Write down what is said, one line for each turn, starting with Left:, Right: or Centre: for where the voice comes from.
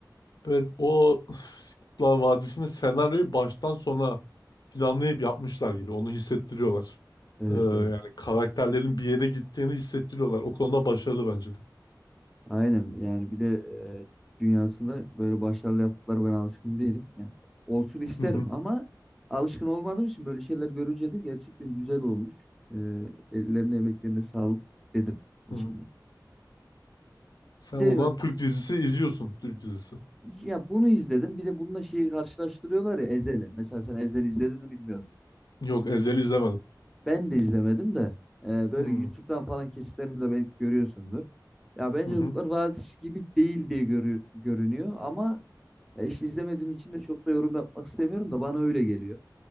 Left: Evet o <laughs> Kurtlar Vadisi'nde senaryoyu baştan sona planlayıp yapmışlar gibi. Onu hissettiriyorlar.
Centre: Evet
Left: Ee,
Centre: evet.
Left: yani karakterlerin bir yere gittiğini hissettiriyorlar. O konuda başarılı bence de.
Centre: Aynen yani bir de e, dünyasında böyle başarılı yaptıkları ben alışkın değilim. Yani olsun isterim
Left: Hı hı.
Centre: ama alışkın olmadığım için böyle şeyler görünce de gerçekten güzel olmuş. E, ellerine emeklerine sağlık dedim içimde.
Left: Hı hı. Sen
Centre: Bir
Left: o zaman
Centre: de
Left: Türk dizisi izliyorsun. Türk dizisi.
Centre: ya bunu izledim bir de bununla şeyi karşılaştırıyorlar ya ezeli. Mesela sen Ezel izlediğini bilmiyorum.
Left: Yok Ezel'i izlemedim.
Centre: Ben de izlemedim de e, böyle
Left: Hı hı.
Centre: YouTube'dan falan kesitlerini de belki görüyorsundur. Ya bence
Left: hı.
Centre: Kurtlar Vadisi gibi değil diye görü- görünüyor ama Ya işte izlemediğim için de çok da yorum yapmak istemiyorum da bana öyle geliyor.